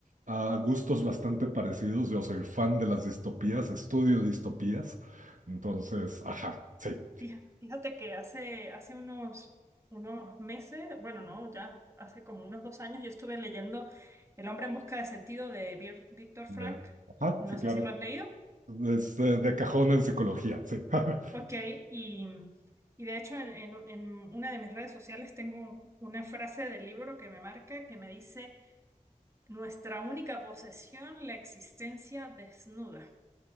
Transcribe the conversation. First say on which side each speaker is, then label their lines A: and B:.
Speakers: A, on the right (about 70°); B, on the right (about 20°).
A: ah, gustos bastante parecidos. Yo soy fan de las distopías, estudio distopías. Entonces, ajá, sí.
B: Fija- Fíjate que hace, hace unos, unos meses, bueno, no, ya hace como unos dos años, yo estuve leyendo El hombre en busca de sentido de Vir- Víctor Frank.
A: me- ajá,
B: No
A: sí, claro.
B: sé si lo has leído.
A: Este, de cajón en psicología, sí. <laughs>
B: Ok, y, y de hecho en, en- en una de mis redes sociales tengo una frase del libro que me marca que me dice, Nuestra única posesión, la existencia desnuda.